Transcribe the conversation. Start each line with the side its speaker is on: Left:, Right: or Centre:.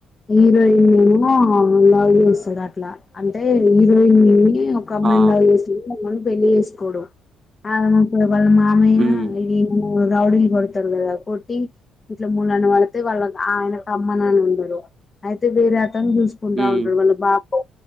Left: హీరోయిన్ ఏమో లవ్ చేస్తడు అట్ల అంటే హీరోయిన్ని ఒక అమ్మాయిని
Right: ఆ!
Left: లవ్ చేసిందేమో అని పెళ్లి చేసుకోవడం ఆ వాళ్ల మామయ్య
Right: హ్మ్.
Left: ఏమో రౌడీల్ కొడుతరు గదా, కొట్టి ఇట్ల మూడు అన్న వళతే వాళ్ళ ఆయన కమ్మ నాన్న ఉండరు, అయితే వేరే అతను చూసుకుంటా
Right: హ్మ్.
Left: ఉంటడు వాళ్ళ బాపు